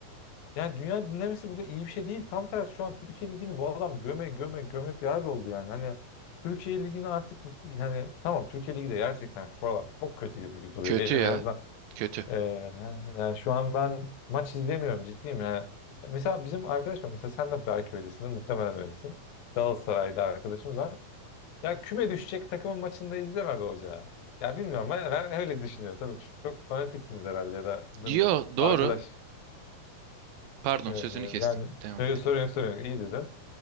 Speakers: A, on the left; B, on the right.
A: yani dünya dinlemesi burada iyi bir şey değil. Tam tersi şu an Türkiye Ligi'ni bu adam göme göme göme bir hal oldu yani. Hani Türkiye Ligi'ni artık hani tamam Türkiye Ligi de gerçekten şu aralar çok kötü gibi duruyor.
B: Kötü
A: Benim
B: ya.
A: en azından
B: Kötü.
A: e, yani şu an ben maç izlemiyorum ciddiyim yani. Mesela bizim arkadaş var. Mesela sen de belki öylesindir. Muhtemelen öylesin. Galatasaray'da arkadaşımız var. Ya küme düşecek takımın maçında izleme be hoca. Ya Ya bilmiyorum ben, ben öyle düşünüyorum. Tabii çok fanatiksiniz herhalde ya da bizim
B: Diyor doğru.
A: arkadaş
B: Pardon
A: ee,
B: sözünü kestim.
A: yani
B: Devam
A: yok,
B: et.
A: sorun yok sorun yok iyi dedin.